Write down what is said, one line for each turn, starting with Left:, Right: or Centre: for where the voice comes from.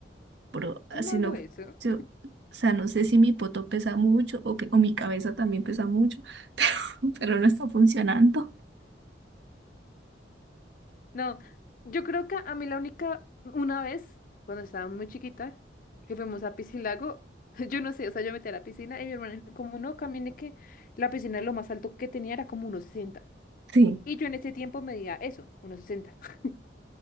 Right: pero así
Left: ¿Cómo hago
Right: no,
Left: eso?
Right: yo, o sea, no sé si mi poto pesa mucho o, que, o mi cabeza también pesa mucho, <laughs> pero, pero no está funcionando.
Left: No, yo creo que a mí la única, una vez, cuando estaba muy chiquita, que fuimos a Piscilago, <laughs> yo no sé, o sea, yo metí a la piscina y mi hermana dijo, como no, camine que la piscina lo más alto que tenía era como unos sesenta
Right: Sí.
Left: Y yo en ese tiempo medía eso, unos sesenta <laughs>